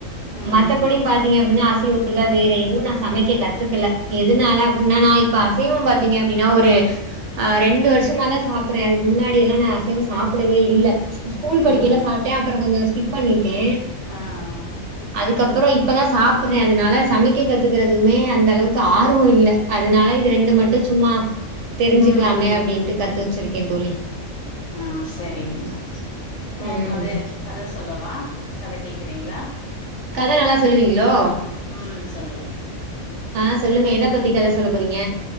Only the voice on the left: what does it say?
ம்
ம்
ம் ம்
ஆ ஆ
ம்
ம்
ம் செரிங்கம்மா அப்புறோ
கத கத சொல்லவா கதை கேக்குறீங்களா
ம் சொல்லுவே